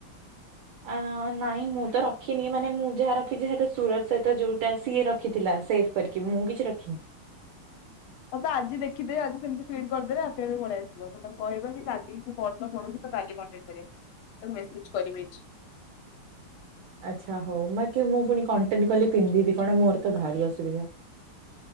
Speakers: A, on the right; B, on the left.
A: ଆଁ ନାଇଁ ମୁଁ ତ ରଖିନି ମାନେ ମୁଁ ଯାହା ରଖିଚି ସେଟା ସୁରଜ ସହିତ ଯେଉଁଟା ସିଏ ରଖିଥିଲା ସେ ଫ୍ କରିକି ମୁଁ କିଛି ରଖିନି।
B: ହଁ ବା ଆଜି ଦେଖିଦେବେ। ଆଜି ସେମିତି ଫିଡ କରିଦେଲେ ଆପେ ପଳେଇ ଆସିବ ତ ତ କହିବନି କି କାଲି ସେ ପାଠ ପଢୁଥିବ କାଲି କଣ୍ଟେଣ୍ଟ କରିବ ତାକୁ ମେସେଜ କରିବେ <unintelligible>
A: ଆଚ୍ଛା ହଉ ବାକି ମୁଁ ପୁଣି କଣ୍ଟେଣ୍ଟ କଲେ ପିନ୍ଧିବି କଣ? ମୋର ତ ଭାରି ଅସୁବିଧା।